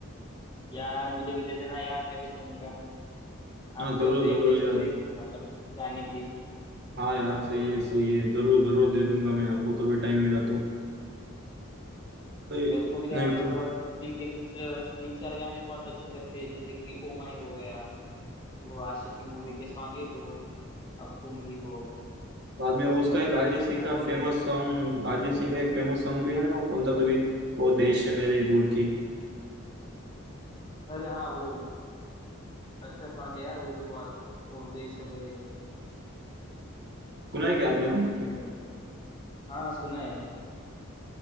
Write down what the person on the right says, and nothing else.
हाँ जरूर
जरूर
यार
हाँ यार सही है सही है जरूर जरूर दे दूंगा मैं आपको कभी टाइम मिला तो तो ये-
नहीं
तो
बाद में उसका
एक अरिजीत
सिंह
का
फेमस
सॉन्ग अरिजीत सिंह का एक फेमस सॉन्ग भी है ना वो कौन सा तो भी वो देश है मेरे बोल की
सुना है क्या
आपने वो